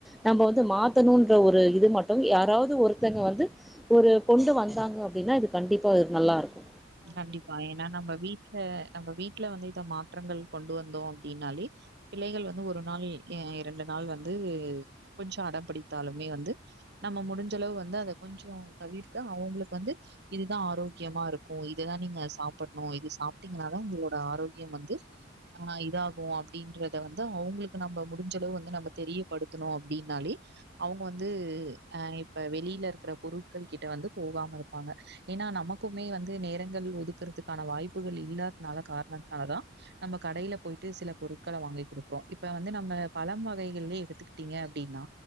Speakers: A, in the centre; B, on the right (about 60°).
A: நம்ம வந்து மாத்தணும்ன்ற ஒரு இது மட்டும் யாராவது ஒருத்தங்க வந்து ஒரு கொண்டு வந்தாங்க அப்டின்னா இது கண்டிப்பா நல்லா இருக்கு
B: கண்டிப்பா ஏன்னா நம்ம வீட்ல நம்ம வீட்ல வந்து இந்த மாற்றங்கள் கொண்டு வந்தோம் அப்படின்னாலே பிள்ளைகள் வந்து ஒரு நாள் இரண்டு நாள் வந்து கொஞ்சம் அடம் பிடித்தாலுமே வந்து நம்ம முடிஞ்சளவு வந்து அதை கொஞ்சம் தவிர்க்க அவங்களுக்கு வந்து இதுதான் ஆரோக்கியமா இருக்கும் இரு இததான் நீங்க சாப்டணும் இது சாப்பிட்டீங்கன்னாதான் உங்களோட ஆரோியம் வந்து ஆஹ் இதாகும் அப்படின்றத வந்து அவங்களுக்கு நம்ம முடிஞ்சளவு வந்து நம்ம தெரியப்படுத்தணும் அப்படின்னாலே அவங்க வந்து அ இப்ப வெளியில இருக்கிற பொருட்கள் கிட்ட வந்து போகாம இருப்பாங்க ஏன்னா நமக்குமே வந்து நேரங்கள் ஒதுக்குறதுக்கான வாய்ப்புகள் இல்லா னால காரணனால தான் நம்ம கடையில போயிட்டு சில பொரு்களை வாங்கி கொடுக்குறோம் இப்ப வந்து நம் ந பழம் வகைகள் எடுத்துக்கிட்டீங்க அப்படின்னா